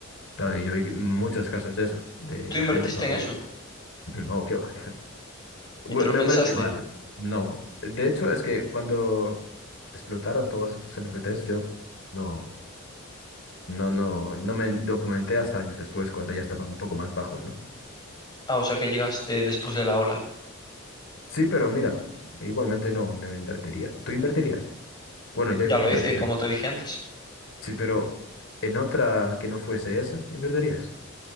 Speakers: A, on the left; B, on the left.
A: Claro, y yo vi muchos casos de eso, de,
B: Tú
A: de
B: invertiste
A: gente famosa.
B: en eso
A: <laughs> No, qué va. <laughs> Hue-
B: y te lo
A: Me
B: pensaste.
A: huele muy mal. No. De hecho, es que cuando explotaron todos estos NFTs, yo no, no, no, no me documenté hasta años después, cuando ya estaban un poco más bajos, ¿no?
B: Ah, o sea que llegaste después de la ola.
A: Sí, pero mira, igualmente no, no invertiría. ¿Tú invertirías? Bueno, ya
B: Ya
A: in-
B: lo
A: invertiste.
B: hice, como te dije antes.
A: Sí, pero en otra que no fuese esa, ¿invertirías?